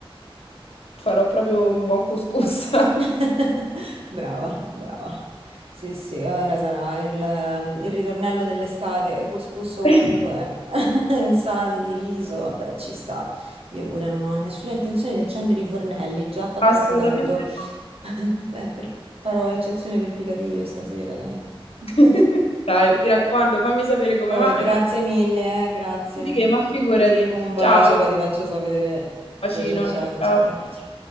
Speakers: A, on the left; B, on the right.
A: farò proprio un buon couscous.
B: <laughs> Brava, brava. Sì, sì, ora sarà il, ehm, il ritornello dell'estate, couscous ovunque,
A: <laughs>
B: <laughs> insalate di riso, vabbè, ci sta. Io pure non ho nessuna intenzione di accendere i fornelli, già fa
A: Assolutamente
B: troppo caldo.
A: no.
B: <laughs> Beh, per- farò eccezione per il picadillo stasera, dai. <laughs>
A: <laughs> Dai, mi raccomando, fammi sapere come
B: Oh,
A: va
B: e grazie
A: e magari
B: mille, eh, grazie.
A: che, ma figurati.
B: Un bacio,
A: Ciao,
B: poi ti faccio sapere.
A: bacino,
B: Ciao, ciao, ciao,
A: ciao ciao.
B: ciao, bella, ciao.